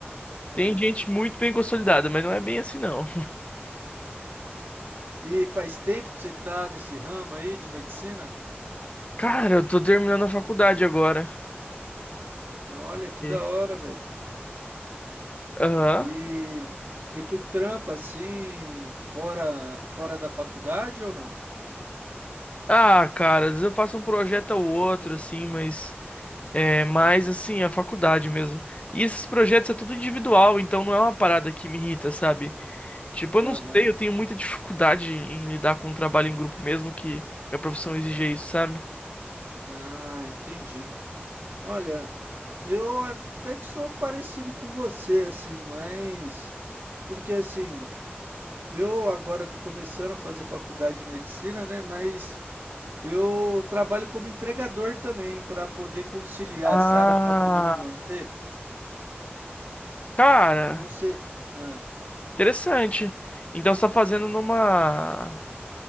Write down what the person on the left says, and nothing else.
Tem
gente muito bem consolidada, mas não é bem assim, não.
Cara, eu tô terminando a faculdade agora.
E-
Aham.
Ah, cara, às vezes eu faço um projeto ou outro, assim, mas. É mais assim, a faculdade mesmo. E esses projetos é tudo individual, então não é uma parada que me irrita, sabe? Tipo, eu não
sei, eu tenho muita dificuldade em lidar com o trabalho em grupo mesmo que minha profissão exige isso, sabe?
Ah,
Cara,
interessante. Então você tá fazendo numa.